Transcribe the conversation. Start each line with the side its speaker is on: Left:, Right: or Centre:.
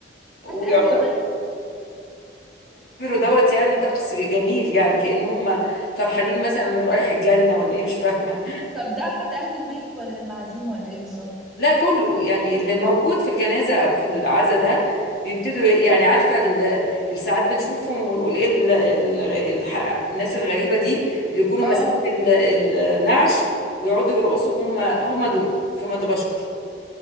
Left: وبيعتبروا
Centre: اهل الميت
Left: دوت يعني طقس جميل يعني كأنهم فرحانين مثلا رايح الجنة ولا ايه مش فاهمة
Centre: طب ده حتى اهل الميت ولا المعازيم ولا ايه بالظبط
Left: لا كله يعني اللي موجود في الجنازة أو في العزا ده بيبتدوا يعني عارفة ال- الساعات بنشوفهم ونقول إيه ال ال الح- الناس الغريبة دي اللي يكونوا
Centre: اه
Left: ماسكين ال- النعش ويقعدوا يرقصوا هم هم دول في مدغشقر